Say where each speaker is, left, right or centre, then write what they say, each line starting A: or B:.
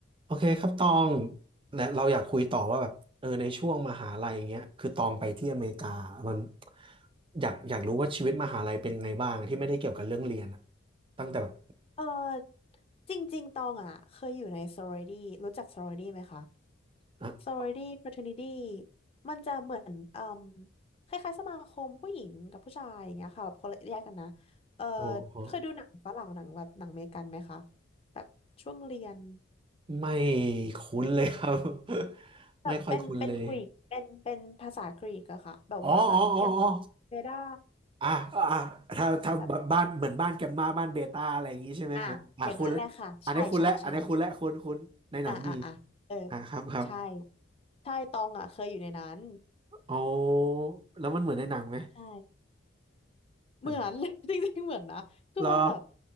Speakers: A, on the right; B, on the left.
A: โอเคครับตองและเราอยากคุยต่อว่าแบบเออในช่วงมหาลัยอย่างเงี้ยคือตองไปที่อเมริกามันอยากอยากรู้ว่าชีวิตมหาลัยเป็นไงบ้างที่ไม่ได้เกี่ยวกับเรื่องเรียนอะตั้งแต่แบบ
B: เออจริงๆตองอ่ะเคยอยู่ใน sorority รู้จัก sorority ไหมคะ
A: อ่ะ
B: sorority fraternity มันจะเหมือนเอ่มคล้ายๆสมาคมผู้หญิงกับผู้ชายอย่างเงี้ยค่ะแบบคนละแยกกันนะเออ
A: โอ้โห
B: เคยดูหนังฝรั่งหนังแบบหนังอเมริกันไหมคะแบบช่วงเรียน
A: ไม่คุ้นเลยครับ <laughs>
B: แบบเป็นเป็นกรีกเป็นเป็นภาษากรีกอะค่ะแบบว่าแบบแกม
A: ไม่ค่อยคุ้นเลยอ๋ออ๋ออ๋ออ๋อ
B: เบด้า
A: อ่ะอ่ะถ้าถ้าแบบบ้านเหมือนบ้านแกมมาบ้านเบต้าอะไรอย่างงี้ใช่ไหมอ่ะอ่ะคุณละอันนี้คุณและอันนี้คุณและคุณคุณในหนังมี
B: แบบอ่ะอย่างนั้นแหละค่ะใช่ใช่ใช่ อ่าอ่าอ่าเออ
A: อ่ะครับครับ
B: ใช่ใช่ตองอ่ะเคยอยู่ในนั้น
A: โอ้แล้วมันเหมือนในหนังไหม
B: ใช่เหมือน
A: อัน
B: <laughs> จริงๆเหมือนนะคือมันแบบ
A: เหรอ